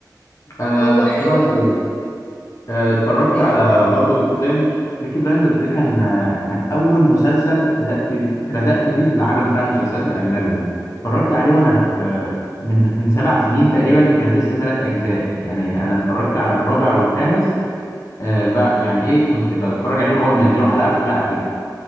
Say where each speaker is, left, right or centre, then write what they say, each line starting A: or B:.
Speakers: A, on the left (about 45°); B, on the left (about 20°).
A: انا
B: هو
A: بتفرج
B: حلو قوي
A: آه، اتفرجت
B: ايه
A: على برضه بيكي بلايندرز بيكي بلايندرز ده كان آه، كان اول مسلسل بدات بدات فيه في العالم بتاع المسلسلات الاجنبي ده اتفرجت عليه وانا في من من سبع سنين تقريبا كان لسه ثلاث اجزاء يعني انا اتفرجت على الرابع والخامس آه، بقى يعني ايه كنت بتفرج عليهم اول ما ينزلوا حلقه بحلقه كده